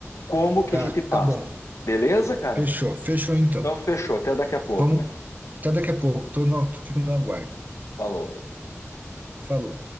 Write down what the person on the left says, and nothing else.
Como que
a gente passa?
Beleza, cara?
Então, fechou. Até daqui a pouco,
man.
Falou.